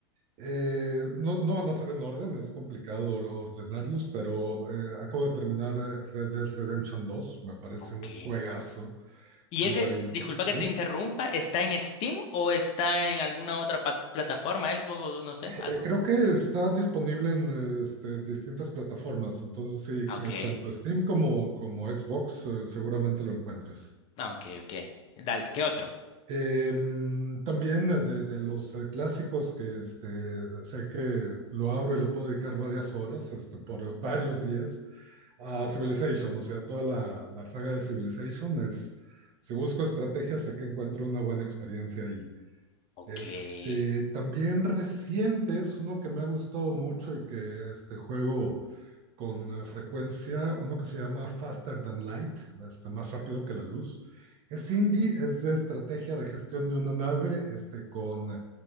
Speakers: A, on the right (about 45°); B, on the left (about 40°).
A: eh, no, no van a ser en orden, es complicado or- ordenarlos, pero eh, acabo de terminar eh, Red Dead Redemption dos. me parece
B: Ok.
A: un juegazo,
B: ¿Y
A: es
B: ese,
A: maravilloso,
B: disculpa
A: ¿sí?
B: que te interrumpa, está en Steam o está en alguna otra pa- plataforma, Xbox o no sé, algo?
A: Eh, creo que está disponible en eh, este, distintas plataformas, entonces sí,
B: Ah, ok.
A: eh, tanto Steam como, como Xbox eh, seguramente lo encuentres.
B: Ah, ok, ok. Dale, ¿qué otro?
A: Em, también eh, de, de los eh, clásicos que este, sé que lo abro y le puedo dedicar varias horas, este, por eh, varios días, a Civilization, o sea, toda la, la saga de Civilization es, si busco estrategias, sé que encuentro una buena experiencia ahí.
B: Ok.
A: Este, también reciente es uno que me ha gustado mucho y que este juego con eh, frecuencia uno que se llama Faster Than Light, este, más rápido que la luz. Es indie, es de estrategia de gestión de una nave este, con eh,